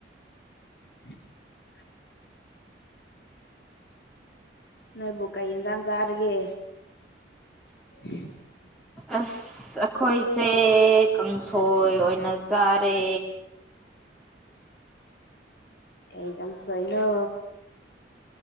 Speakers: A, on the left; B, in the centre.
A: <inaudible> ꯅꯣꯏꯕꯨ ꯀꯩ ꯌꯦꯟꯖꯥꯡ ꯆꯥꯔꯦꯒꯦ <inaudible>
B: ꯑꯁ ꯑꯩꯈꯣꯏꯁꯦ ꯀꯥꯡꯁꯣꯏ ꯑꯣꯏꯅ ꯆꯥꯔꯦ
A: ꯀꯩ ꯀꯥꯡꯁꯣꯏꯅꯣ